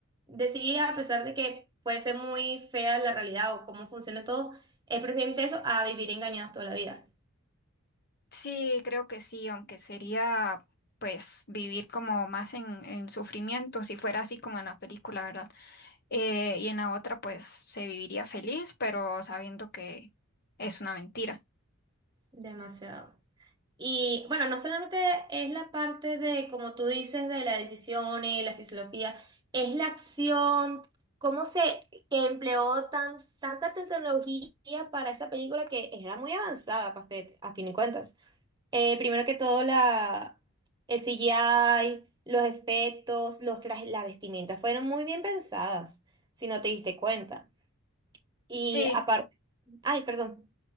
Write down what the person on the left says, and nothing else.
Sí, creo que sí, aunque sería pues vivir como más en, en sufrimiento, si fuera así como en la película, ¿verdad? eh, y en la otra pues se viviría feliz, pero sabiendo que es una mentira.
Sí,